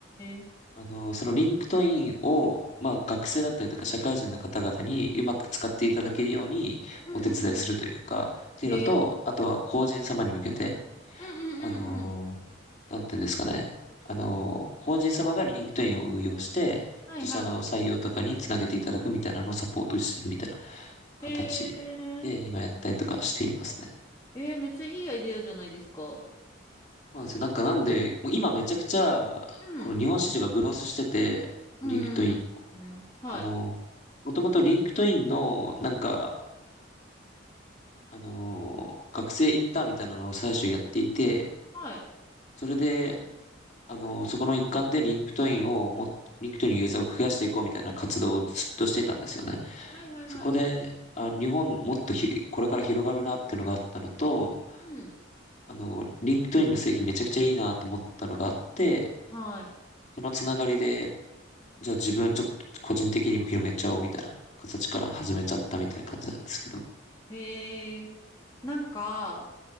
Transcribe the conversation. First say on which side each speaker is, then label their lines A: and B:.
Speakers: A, on the left; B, on the left.
A: え。
B: あの、そのリンクトインを、まあ、学生だったりとか社会人の方々にうまく使っていただけるようにお手伝いするというか、
A: うんうん。
B: というのと、
A: へえ。
B: あとは法人様に向けて、
A: うんうんうんうん。
B: あのー、なんていうんですかね。あのー、法人様がリンクトインを運用して、
A: はいはい。
B: 自社の採用とかにつなげていただくみたいなのをサポートしてるみたいな形で今やったりとかしていますね。
A: へえ。えー、めっちゃいいアイデアじゃないですか。
B: そうなんですよ。なんかなんで、もう今めちゃくちゃ、
A: うん。
B: この日本市場がグロースしてて、
A: うん。
B: リンクトインの。
A: うん。はい。
B: あのもともとリンクトインの、なんか、あの学生インターンみたいなのを最初やっていて、
A: はい。
B: それで、あの、そこの一環でリンクトインをも、リンクトインのユーザーを増やしていこうみたいな活動をずっとしてたんですよね。
A: はいはいはいはい。
B: そこで、あ、日本もっとひ、これから広がるなっていうのがあったのと、
A: うん。
B: あの、リンクトインの製品めちゃくちゃいいなと思ったのがあって、
A: はい。
B: そのつながりで、じゃあ自分ちょっと個人的にも広めちゃおうみたいな形から始めちゃったみたいな感じなんですけど。
A: へえ。なんか、